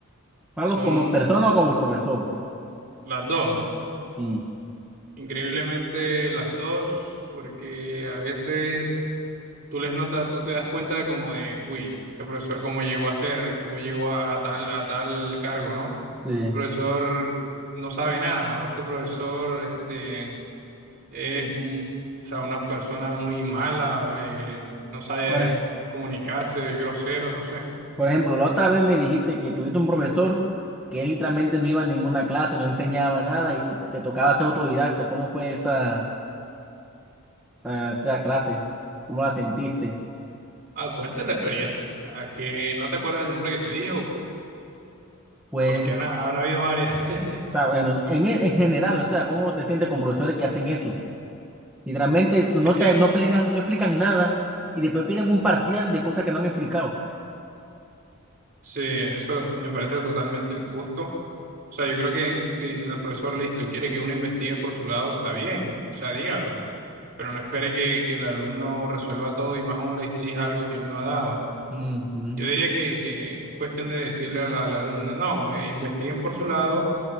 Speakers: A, in the centre; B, on the right.
A: Malo
B: son
A: como persona o como profesor.
B: las dos,
A: Sí,
B: increíblemente las dos, porque a veces tú les notas, tú te das cuenta de como de, uy, este profesor cómo llegó a ser, cómo llegó a, a tal, a tal cargo, ¿no?
A: sí.
B: Este profesor no sabe nada, o este profesor, este es mu- o sea, una persona muy mala, eh, no sabe
A: Por ej-
B: comunicarse, es grosero, no sé.
A: por ejemplo, la otra vez me dijiste que tuviste un profesor que él literalmente no iba a ninguna clase, no enseñaba nada y te tocaba ser autodidacta. ¿Cómo fue esa, esa, esa clase? ¿Cómo la sentiste?
B: ¿A cuál te referías? ¿A que no te acuerdas el nombre que te dijo?
A: Pues,
B: Porque han-
A: o
B: habrá habido varias. <laughs>
A: sea, bueno, en, e, en general, o sea, ¿cómo te sientes con profesores que hacen eso? Literalmente no
B: Es que
A: te, no explican, no explican nada y después piden un parcial de cosas que no han explicado.
B: sí, eso me parece totalmente injusto. O sea, yo creo que si el profesor listo quiere que uno investigue por su lado, está bien, o sea, dígalo, pero no espere que, que el alumno resuelva todo y más aún le exija algo que él no ha dado.
A: Ujú,
B: Yo diría que, que es cuestión de decirle al, al alumno, no, eh, investiguen por su lado,